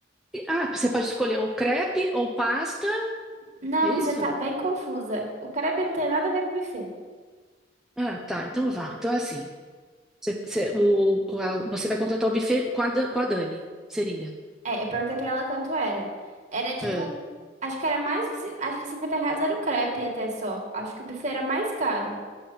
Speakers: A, in the centre; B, on the right (about 40°).
A: e- ah, você pode escolher ou crepe ou pasta,
B: Não,
A: é isso?
B: você tá bem confusa. O crepe não tem nada a ver com buffet.
A: Ah, tá, então vá. Então é assim. Você, você- o, o- a- você vai contratar o buffet com a, Dan- com a Dani, seria.
B: É, eu perguntei pra ela quanto era. Era, tipo,
A: Ah,
B: acho que era mais que, ci- acho que 50 reais era o crepe até só. Acho que o buffet era mais caro.